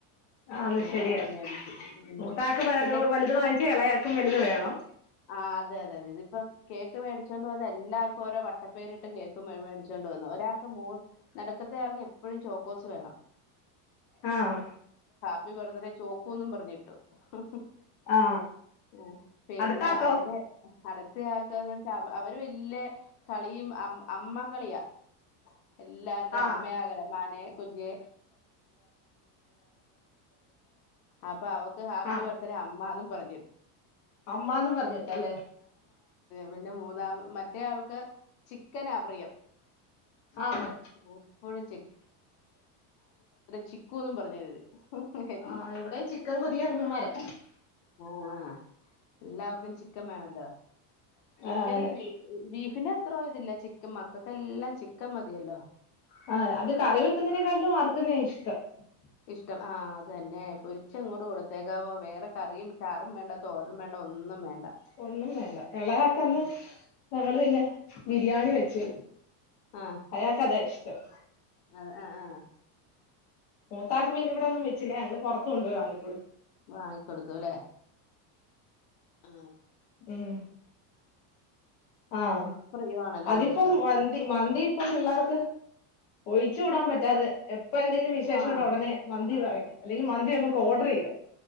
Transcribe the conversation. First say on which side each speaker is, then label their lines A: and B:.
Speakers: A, on the left (about 35°); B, on the left (about 70°).
A: ആന്ന്
B: അങ്ങനെ.
A: ശരിയാ
B: മേടിക്കും ഉം
A: മൂത്താക്ക് <unintelligible>
B: പിന്നെ
A: വലുത് വാങ്ങിച്ച എളയാക്കും വലുത് വേണം.
B: ആഹ് അതെതെ അതെ ഇതിപ്പം കേക്ക് മേടിച്ചോണ്ട് വന്ന് എല്ലാവർക്കും ഓരോവട്ടപ്പേരിട്ട് കേക്ക് മെ മേടിച്ചൊണ്ട് വന്നു ഒരാൾക്ക് മോ നട്ക്ത്തെ ആൾക്ക് എപ്പോഴും ചോക്കോ <unintelligible> വേണം.
A: ആഹ്.
B: <unintelligible> വെറുതെനെ ചോക്കൂന്നും പറഞ്ഞിട്ടു. ഹ്
A: ആ
B: ആ പിന്നെ
A: അടുത്താക്കോ
B: അയിന്റെ അടത്തയാക്കാ പ്പവ അവര് വല്ല്യ കളിയും അ അമ്മ കളിയാ. എല്ലാരുടെയും
A: ആ
B: അമ്മ ആകലമാനെ. കുഞ്ഞെ അപ്പൊ അവക്ക് ഹാ ഹ്
A: ആ
B: ഹ് അ അമ്മന്ന് പർ
A: അമ്മാന്നും പറഞ്ഞിട്ടല്ലേ
B: പിന്നെ മൂന്നാം മറ്റേയാൾക്ക് ചിക്കൻ ആ.. പ്രിയം. <inaudible>
A: ആ ആ
B: ചിക്കുന്നും പറഞ്ഞെഴുതി ഹ്.
A: ആഹ് ഇവിടെയും ചിക്കൻ കൊതിയൻന്മാരാ.
B: ആഹ്. എല്ലാവർക്കും ചിക്കൻ വേണല്ലോ ചിക്കനും
A: ആണ്
B: ബീ ബീഫിന്റെ അത്രോ ഇതില്ല. മക്കൾക്കെല്ലാം ചിക്കൻ മതിയല്ലോ.
A: <inaudible>
B: ഇഷ്ട്ടം ആഹ്. അതന്നെ പൊരിച്ചങ്ങോട്ട് കൊടുത്തേകാവോ വേറെ കറിയും ചാറും വേണ്ട തോരനും വേണ്ട ഒന്നും വേണ്ട.
A: ഒന്നും വേണ്ട എളയാക്കന്ന്.
B: ഉം.
A: ഞങ്ങള് പിന്നെ ബിരിയാണി വെച്ച്
B: ആ
A: അയാൾക്കതാ ഇഷ്ട്ടം.
B: അത് ആ.. ആ.. ഹ്.
A: മൂത്താക്ക് പിന്നെ ഇവിടൊന്നു വെച്ചില്ല ഞങ്ങള് പുറത്ത് കൊണ്ടോയി വാ
B: വാങ്ങിക്കൊടുത്തുലെ? ആഹ്.
A: ഉം ആഹ്
B: പ്രിയമാണല്ലോ
A: അതിപ്പം
B: മക്കൾക്ക്
A: മന്തി മന്തി. പ്പം പിള്ളേർക്ക് ഒഴിച്ചു കൂടാൻ പറ്റാതെ എ ഇപ്പൊ എന്തെങ്കിലും വിശേഷംണ്ടോ
B: ആ
A: ഉടനെ മന്തി വ ഹ് അല്ലെങ്കി മന്തി മ്മക്ക് ഓഡർ യ്യാം.